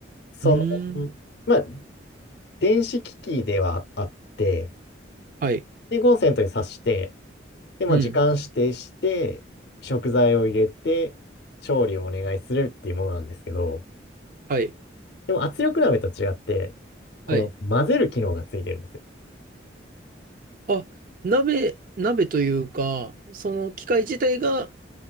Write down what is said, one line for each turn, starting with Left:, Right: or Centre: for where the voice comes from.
Left: その、
Right: うーん。
Left: まあ、電子機器ではあって、
Right: はい。
Left: で、コンセントに挿して、で、まあ、
Right: うん。
Left: 時間指定して、食材を入れて、調理をお願いするっていうものなんですけど、
Right: はい。
Left: でも圧力鍋と違って、この混ぜる機能がついてるんですよ。
Right: はい。あ、鍋、鍋というか、その機械自体が